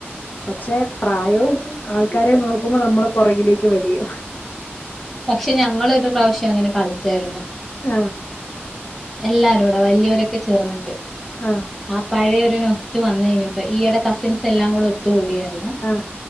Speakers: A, on the left; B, in the centre.
A: പക്ഷെ പ്രായവും ആൾക്കാരെ നോക്കുമ്പോ നമ്മള് പുറകിലേക്ക് വലിയും
B: പക്ഷെ ഞങ്ങൊളൊരു പ്രാവശ്യം അങ്ങനെ കളിച്ചായിരുന്നു
A: ആ
B: എല്ലാരുടെ വല്യാരൊക്കെ ചേർന്നിട്ട്
A: ആഹ്
B: ഒ നൊസ്റ്റു വന്ന കഴിഞ്ഞപ്പ ഈടെ കസിൻസ് എല്ലാം കൂടെ ഒത്തുകൂടിയാർന്നു
A: ആഹ്